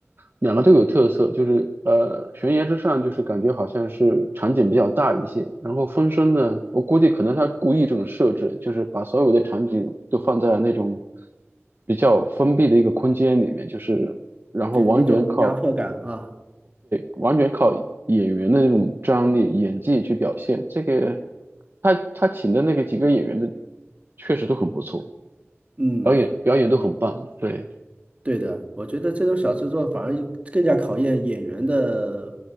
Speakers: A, on the right; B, on the right.
A: 两个都有特色，就是呃悬崖之上就是感觉好像是场景比较大一些，然后《风声》呢，我估计可能他故意这种设置，就是把所有的场景都放在那种比较封闭的一个空间里面，就是。然后完全靠
B: 给人一种压迫感哈。
A: 完全靠演员的那种张力、演技去表现。这个他他请的那个几个演员的确实都很不错，
B: 嗯，
A: 表演表演都很棒。对。
B: 对的，我觉得这种小制作反而更加考验演员的